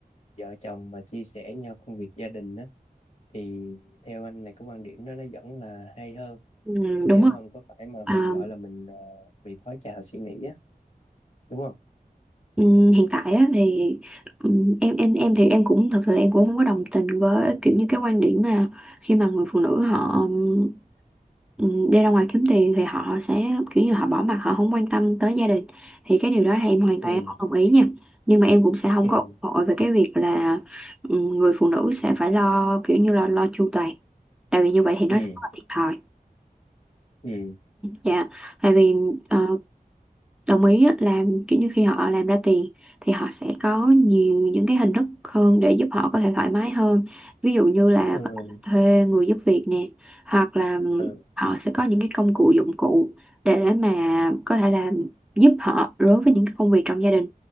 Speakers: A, on the left; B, in the centre.
A: vợ chồng mà chia sẻ nhau công việc gia đình á thì theo anh này cái quan điểm đó nó vẫn là hay hơn
B: Ừ, đúng
A: chứ
B: rồi
A: không có phải mà mình
B: à,
A: gọi là mình ờ, bị thói trào suy nghĩ á đúng không
B: Ừm, hiện tại á, thì ừm, em em em thì em cũng thật sự em cũng không có đồng tình với kiểu như cái quan điểm mà khi mà người phụ nữ họ ừm, ừm, đi ra ngoài kiếm tiền thì họ sẽ kiểu như họ bỏ mặc họ không quan tâm tới gia đình thì cái điều đó thì em hoàn toàn
A: ừ
B: em không đồng ý nha nhưng mà em cũng sẽ không
A: ừ
B: có ủng hộ về cái việc là ừm, người phụ nữ sẽ phải lo kiểu như là lo chu toàn tại vì như vậy thì nó
A: ừ
B: sẽ rất là thiệt thòi
A: ừ
B: dạ tại vì ờ, đồng ý á, là kiểu như khi họ làm ra tiền thì họ sẽ có nhiều những cái hình thức hơn để giúp họ có thể thoải mái hơn ví dụ như là
A: ừ
B: có thể thuê người giúp việc nè hoặc là
A: ừ
B: họ sẽ có những cái công cụ dụng cụ để mà có thể làm giúp họ đối với những cái công việc trong gia đình